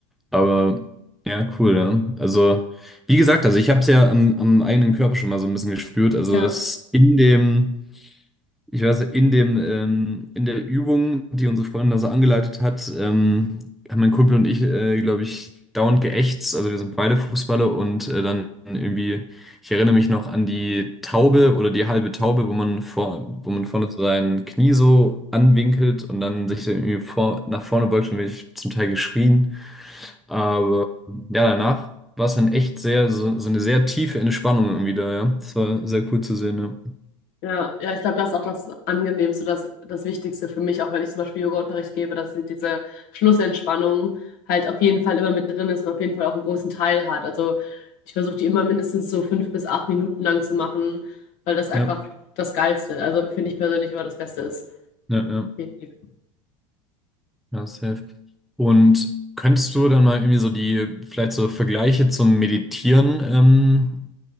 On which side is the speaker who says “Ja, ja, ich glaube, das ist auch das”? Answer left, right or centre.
Left